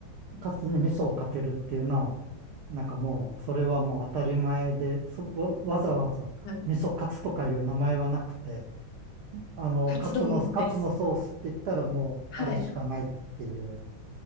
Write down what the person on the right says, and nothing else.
カツに味噌をかけるっていうのは、なんかもう、それはもう当たり前で、そ、わ、わざわざ味噌カツとかいう名前はなくて、
あの、
カツの、カツのソースって言ったらもう、
あれしかないっていう